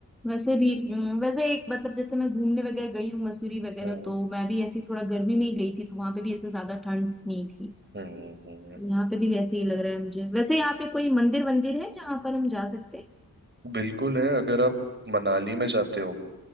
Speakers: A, in the centre; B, on the right.
A: वैसे भी हम्म, वैसे एक मतलब जैसे मैं घूमने वगैरह गई हूँ मसूरी वगैरह
B: हम्म
A: तो मैं भी ऐसी थोड़ा गर्मी में ही गई थी तो वहां पे भी ऐसे ज्यादा ठंड नहीं थी
B: हम्म हम्म, हम्म।
A: यहाँ पे भी वैसे ही लग रहा है मुझे वैसे यहाँ पे कोई मंदिर वंदिर है जहाँ पर हम जा सकते हैं
B: बिल्कुल है अगर आप मनाली में जाते हो